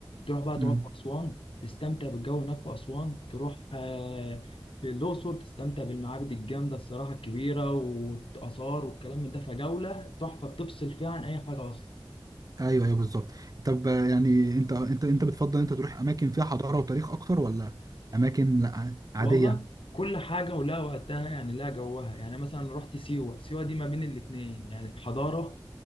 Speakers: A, on the left; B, on the right.
A: تروح بقى تقعد
B: امم
A: في اسوان تستمتع بالجو هناك في اسوان تروح آه في الاقصر تستمتع بالمعابد الجامدة الصراحة الكبيرة والاثار والكلام من ده فجولة تحفة بتفصل فيها عن اي حاجة اصلا
B: ايوه ايوه بالظبط طب آه، يعني انت انت انت بتفضل انت تروح اماكن فيها حضاره وتاريخ اكتر ولا اماكن لا عاديه
A: والله كل حاجة ولها وقتها يعني لها جوها يعني مثلا رحت سيوة سيوة دي ما بين الاتنين يعني حضارة